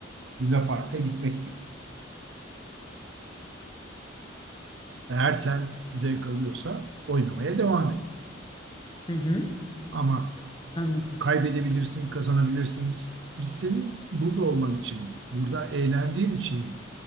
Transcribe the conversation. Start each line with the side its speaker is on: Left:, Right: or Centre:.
Right: lunaparka gitmek gibi. Eğer sen zevk alıyorsa oynamaya devam et.
Left: Hı hı,
Right: Ama
Left: anladım.
Right: Kaybedebilirsin, kazanabilirsin. Biz, biz senin burada olman için, burada eğlendiğin için,